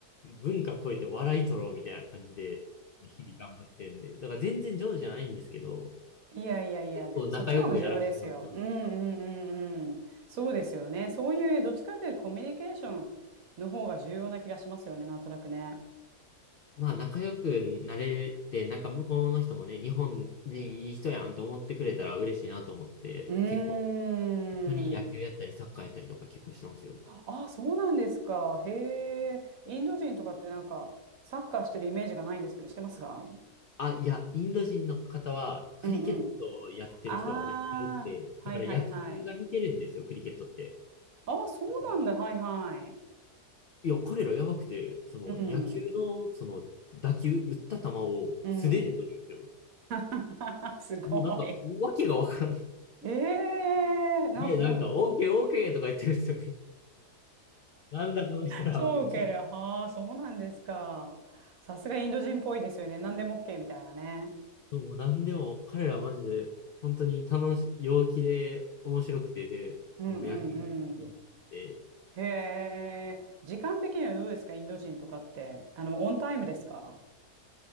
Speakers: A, on the left; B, on the right.
A: 文化超えて笑い取ろうみたいな感じで日々頑張ってるんで、だから全然上手じゃないんですけど、
B: いやいやいや、
A: 結構仲良くやらせてもらってます。
B: でもそっちの方が重要ですよ。うんうんうんうん。そうですよね。そういうどっちかというとコミュニケーションの方が重要な気がしますよね、なんとなくね。
A: まあ仲良くなれて、なんか向こうの人もね、日本人いい人やんって思ってくれたら嬉しいなと思って、
B: うーん。
A: 結構、本当に野球やったりサッカーやったりとか結構してますよ。
B: あ、そうなんですか。へえ。インド人とかってなんかサッカーしてるイメージがないんですけど、してますか
A: あ、いや、インド人の方はクリケットをやってる人がめっちゃ多くて、
B: うんうん。ああ、はいはいはい。
A: だから野球が似てるんですよ、クリケットって。
B: ああ、そうなんだ。
A: だから
B: はいはい。
A: いや、彼らやばくて、その野球の、
B: うん。
A: その打球、打った球を素手で取るんですよ。
B: うん。<laughs> すごい。
A: もうなんか、わけがわからん。
B: ええなんかほん
A: で、なんか、オーケーオーケーとか言ってるんですよね。なんだこの人らは、
B: 超ウケる。
A: みたいな。
B: はあ、そうなんですか。さすがインド人っぽいですよね。何でも OK みたいなね。
A: そう、なんでも、彼らはマジで、本当に楽し、陽気で、面白くて、で、
B: うんうんうん。
A: もう野球が一番で、
B: へえ。時間的にはどうですかインド人とかって。あの、オンタイムですか